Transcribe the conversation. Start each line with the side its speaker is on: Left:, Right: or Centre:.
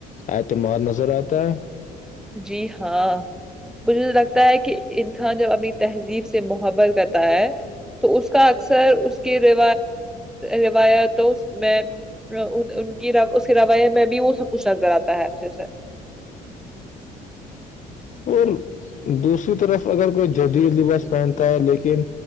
Left: اعتماد نظر آتا ہے
Centre: جی ہاں مجھے لگتا ہے کہ انسان جب اپنی تہذیب سے محبت کرتا ہے تو اس کا اکثر اس کے ر روایتوں میں ان کی اس کے رویے میں بھی وہ سب کچھ نظر آتا ہے اچھے سے
Left: اور دوسری طرف اگر کوئی جدید لباس پہنتا ہے لیکن